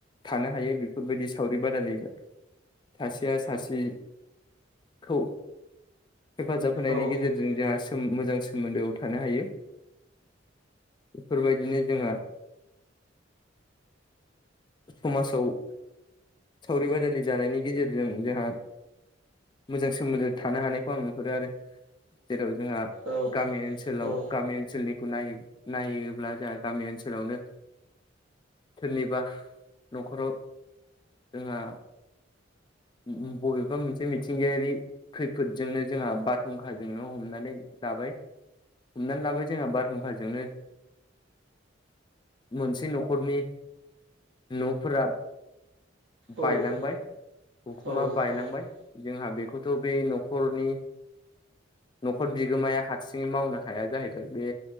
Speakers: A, on the left; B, on the right.
A: थानो हायो बेफोरबायदि सावरि बादायलि सासेया सासे खौ हेफाजाब होनायनि
B: औ
A: गेजेरजों जोंहा मोजां सोमोन्दोआव थानो हायो। बेफोरबायदिनो जोंहा समाजाव सावरि बादालि जानायनि गेजेरजों जोंहा मोजां सोमोन्दो थानो हानायखौ आं नुहरो आरो। जेराव जोंहा
B: औ
A: गामि ओनसोलाव
B: औ
A: गामि ओनसोलनिखौ नाय नायोब्ला जोंहा गामि ओनसोलावनो सोरनिबा न'खराव जोंहा ब- बबेबा मोनसे मिथिंगायारि खैफोदजोंनो जोंहा बारहुंखाजोंनो हमनानै लाबाय। हमनानै लाबाय जोंहा बारहुंखाजोंनो मोनसे न'खरनि न'फोरा बायलांबाय
B: औ
A: उखुमा
B: औ
A: बायलांबाय
B: औ
A: जोंहा बेखौथ' बे न'खरनि न'खर बिगोमाया हारसिङै मावनो हाया जाहैबाय बे